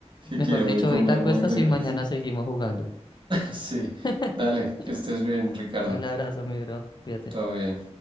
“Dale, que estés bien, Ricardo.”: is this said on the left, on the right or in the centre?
Right